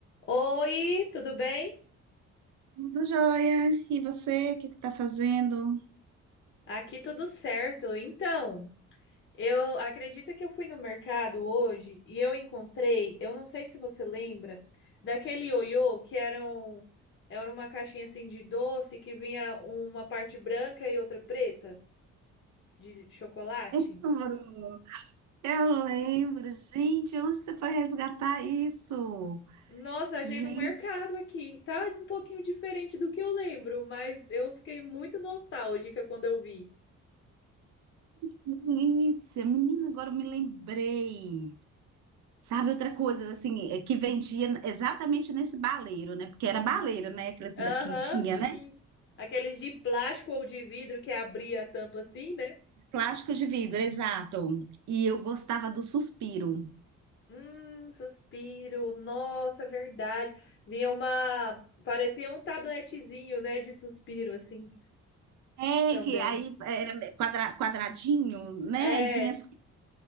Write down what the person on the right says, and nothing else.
Tudo jóia. E você, o que que tá fazendo?
Lembro, Eu lembro, gente, onde você foi resgatar isso?
Gente,
que delícia. Menina, agora eu me lembrei. Sabe outra coisa, assim, é que vendia exatamente nesse baleiro, né? Porque era baleiro, né? Aqueles
que tinha,
né?
Plástico de vidro, exato. E eu gostava do suspiro.
É,
que aí era quadra- quadradinho, né?
E vinha as